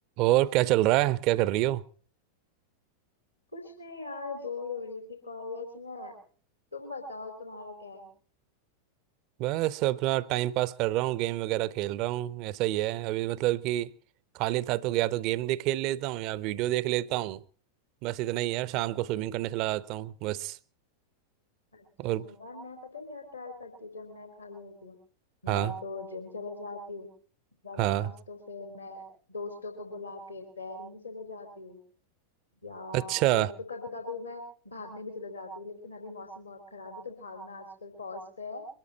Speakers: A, on the right; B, on the left.
A: और क्या चल रहा है क्या कर रही हो
B: कुछ नहीं यार बोर हो रही थी कॉलेज में तुम बताओ तुम्हारा क्या है
A: बस अपना टाइम पास कर रहा हूँ गेम वगैरह खेल रहा हूँ ऐसा ही है अभी मतलब कि खाली था तो या तो गेम देख खेल लेता हूँ या वीडियो देख लेता हूँ बस इतना ही है शाम
B: हम्म
A: को स्विमिंग करने चला जाता हूँ बस
B: अच्छा
A: और
B: यार मैं पता है क्या ट्राई करती हूँ जब मैं खाली होती हूँ मैं
A: हाँ
B: तो जिम चले जाती हूँ वरना
A: हाँ
B: तो फिर मैं दोस्तों को बुला के तैरने चले जाती हूँ या
A: अच्छा
B: फिर तो कभी कभी मैं भागने भी चले जाती हूँ लेकिन अभी मौसम बहुत खराब है तो भागना आजकल पॉज पे है